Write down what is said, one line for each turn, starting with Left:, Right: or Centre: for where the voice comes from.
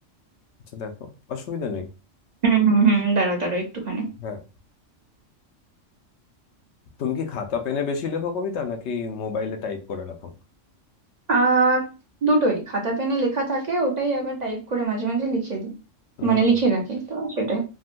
Left: আচ্ছা দেখো অসুবিধা নেই
Right: হুম হুম হুম দাঁড়াও দাঁড়াও একটুখানি
Left: হ্যাঁ তুমি কি খাতা পেনে বেশি লেখো কবিতা নাকি মোবাইলে টাইপ করে রাখো
Right: আহ দুটোই খাতা পেনে লেখা থাকে ওটাই আবার টাইপ করে মাঝে মাঝে লিখে দিই
Left: হুম
Right: মানে লিখে রাখি তো সেটাই